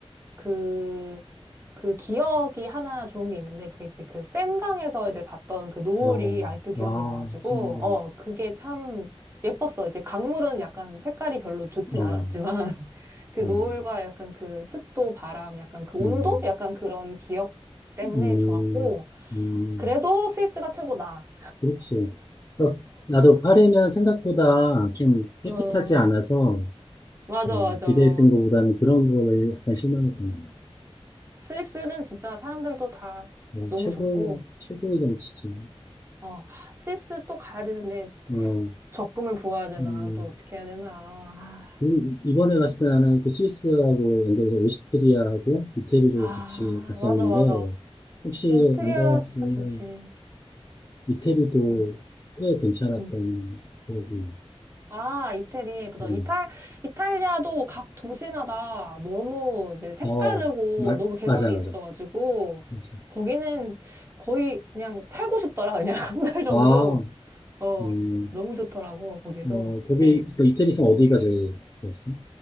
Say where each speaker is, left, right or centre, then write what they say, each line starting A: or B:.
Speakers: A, on the right; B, on the left.
A: 그 그 기억이 하나 좋은 게 있는데 그게 이제 그 센강에서 이제 봤던 그 노을이
B: 어,
A: 아직도 기억이
B: 아,
A: 나가지고
B: 생각,
A: 어 그게 참 예뻤어. 이제 강물은 약간 색깔이 별로 좋진
B: 어,
A: 않았지만 <laughs> 그 노을과
B: 음,
A: 약간 그 습도, 바람, 약간 그 온도,
B: 음,
A: 약간 그런 기억 때문에
B: 음,
A: 좋았고
B: 음,
A: 그래도 스위스가 최고다.
B: 그렇지. 어, 나도 파리는 생각보다 좀 깨끗하지
A: 어
B: 않아서,
A: 맞아
B: 어,
A: 맞아.
B: 기대했던 것보다는 그런 거에 약간 실망했던
A: 스위스는 진짜 사람들도 다
B: 거. 어,
A: 너무
B: 최고,
A: 좋고.
B: 최고의 정치지.
A: 어, 하, 스위스 또 가야 되는데
B: 어,
A: 적금을 부어야 되나?
B: 음,
A: 또 어떻게 해야 되나? 아,
B: 그리고 이번에 갔을 때 나는 그 스위스하고 연결해서 오스트리아하고 이태리로
A: 아,
B: 같이 갔었는데,
A: 맞아, 맞아.
B: 혹시
A: 오스트리아
B: 안 가봤으면
A: 진짜 좋지.
B: 이태리도
A: 응,
B: 꽤 괜찮았던
A: 응.
B: 거고,
A: 아, 이태리. 맞아.
B: 음.
A: 이탈, 이탈리아도 각 도시마다 너무 이제 색다르고
B: 어, 마,
A: 너무 개성이
B: 맞아, 맞아.
A: 있어가지고
B: 맞아.
A: 거기는 거의 그냥 살고 싶더라. 그냥 <laughs> 한 달 정도.
B: 아,
A: 어,
B: 음,
A: 너무 좋더라고, 거기도.
B: 어, 거기,
A: 응.
B: 그 이태리에서 어디가 제일 좋았어?